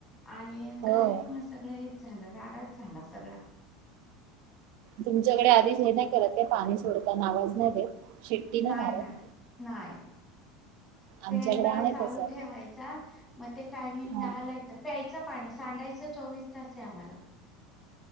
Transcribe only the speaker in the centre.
आणि
काय मग सगळेच झालं राडाच झाला सगळा.
नाही
नाही नाहीय.
ते नळ
चालू
ठेवायचा मग ते टायमिंग
दहाला येतं प्यायचं पाणी सांडायचं चोवीस तसंय आम्हाला.